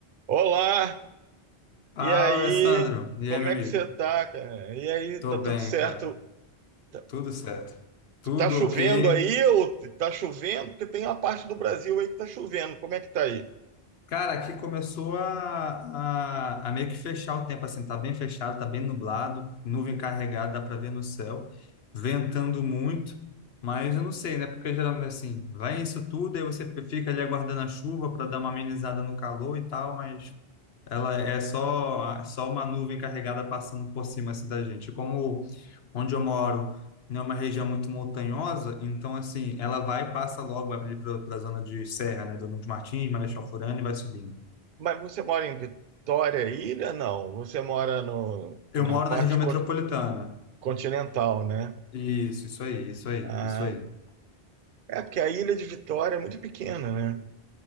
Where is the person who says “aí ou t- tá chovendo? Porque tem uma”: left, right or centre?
Right